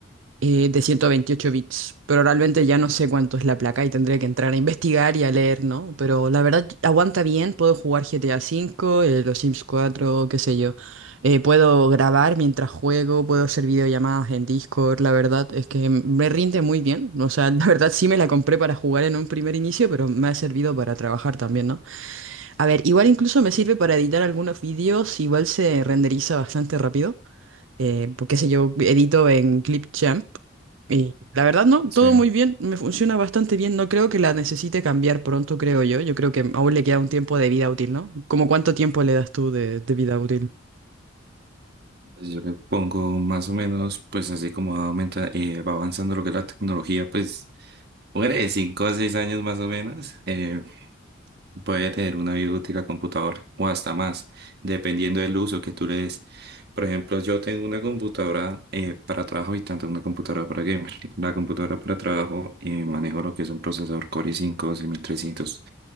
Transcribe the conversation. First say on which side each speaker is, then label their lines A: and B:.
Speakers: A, on the right; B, on the right.
A: eh, de 128 bits. Pero realmente ya no sé cuánto es la placa y tendré que entrar a investigar y a leer, ¿no? Pero la verdad, aguanta bien, puedo jugar GTA cinco eh, los Sims cuatro qué sé yo. Eh, puedo grabar mientras juego, puedo hacer videollamadas en Discord, la verdad es que me rinde muy bien. O sea, <laughs> la verdad sí me la compré para jugar en un primer inicio, pero me ha servido para trabajar también, ¿no? A ver, igual incluso me sirve para editar algunos vídeos, igual se renderiza bastante rápido, eh, porque sé yo, edito en Clipchamp y la verdad no,
B: Sí.
A: todo muy bien, me funciona bastante bien, no creo que la necesite cambiar pronto, creo yo, yo creo que aún le queda un tiempo de vida útil, ¿no? ¿Cómo cuánto tiempo le das tú de, de vida útil?
B: Pues yo le pongo más o menos, pues así como aumenta, eh, va avanzando lo que es la tecnología, pues, hombre, de 5 a 6 años más o menos. eh, Puede tener una vida útil la computadora o hasta más, dependiendo del uso que tú le des. Por ejemplo, yo tengo una computadora eh, para trabajo y tanto una computadora para gamer. La computadora para trabajo eh, manejo lo que es un procesador Core i5 6300